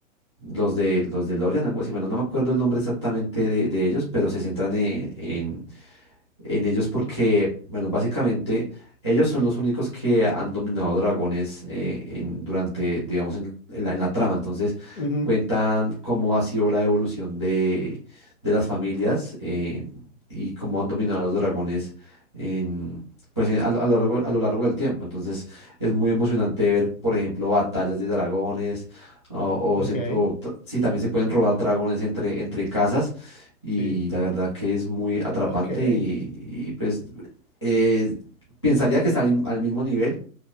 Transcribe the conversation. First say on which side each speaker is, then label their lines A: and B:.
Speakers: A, on the left (about 25°); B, on the left (about 65°).
A: los de los de Lorian, algo así. Bueno, no me acuerdo el nombre exactamente de, de ellos, pero se centran en, en en ellos porque, bueno, básicamente ellos son los únicos que han dominado dragones eh, en, durante, digamos, en, en la, en la trama. Entonces,
B: ujú,
A: cuentan cómo ha sido la evolución de, de las familias eh, y cómo han dominado los dragones en... Pues eh, a, lo a lo largo, a lo largo del tiempo. Entonces es muy emocionante ver, por ejemplo, batallas de dragones o,
B: ok,
A: o se- o t- sí, también se pueden robar dragones entre, entre casas y
B: sí.
A: la verdad que es muy atrapante
B: <laughs> Ok, ¿en
A: y, y, pues eh, pensaría que está al, al mismo nivel